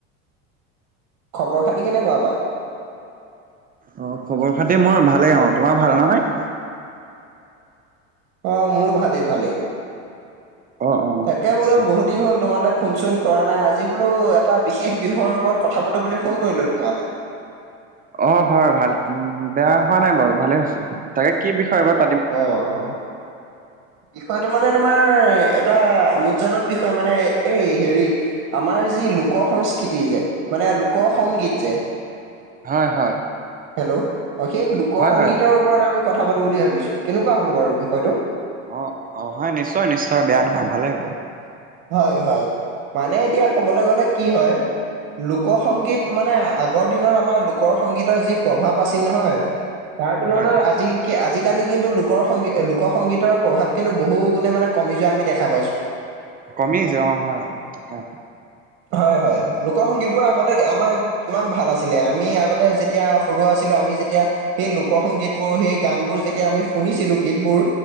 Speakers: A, on the right; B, on the right.
A: খবৰ খাতি কেনেকোৱা বা
B: অ খবৰ খাতি মোৰ ভালেই অ তোমাৰ ভাল নহয়
A: অ মোৰো ভালেই ভালেই
B: অ অ
A: তাকে
B: আচ্ছা।
A: বোলো বহুত দিন হ'ল তোমালে ফোন চোন কৰা নাই আজি বোলো এটা বিশেষ বিষয়ৰ ওপৰত কথা পাতো বুলি ফোন কৰিলো তোমালে
B: অ হয় ভাল উ বেয়া হোৱা নাই বাৰু ভালে হৈছে তাকে কি বিষয় ওপৰত
A: অ হয় বিষয়টো মানে তোমাৰ এটা আমোদজনক বিষয় মানে এই হেৰি আমাৰ যি লোক সংস্কৃতি যে মানে লোক সংগীত যে
B: হয়, হয়।
A: হেল্ল' অ সেই লোক
B: হয়
A: সংগীতৰ
B: হয়
A: ওপৰত আমি কথা পাতোঁ বুলি ভাবিছোঁ কেনেকুৱা হ'ব বাৰু বিষয়টো।
B: অ, অ হয়, নিশ্চয় নিশ্চয় বেয়া নহয়, ভালেই হ'ব।
A: হয়, হয় মানে এতিয়া কবলৈ গ'লে কি হয়। লোক সংগীত মানে আগৰ দিনৰ আমাৰ লোক সংগীতৰ যি প্ৰভাৱ আছিল নহয় তাৰ তুলনাত
B: হয়
A: আজি কি আজিকালি কিন্তু লোকৰ সংগী লোকৰ সংগীতৰ প্ৰভাৱ কিন্তু বহু গুণে মানে কমি যোৱা আমি দেখা পাইছো
B: কমি আহিছে অ হয় তাকে।
A: হয় হয় লোক সংগীত বোৰ আগতে আমাৰ। কিমান ভাল আছিলে আমি আগতে যেতিয়া সৰু আছিলো আমি তেতিয়া। সেই লোক সংগীতবোৰ সেই গান বোৰ যেতিয়া আমি শুনিছিলো গীতবোৰ।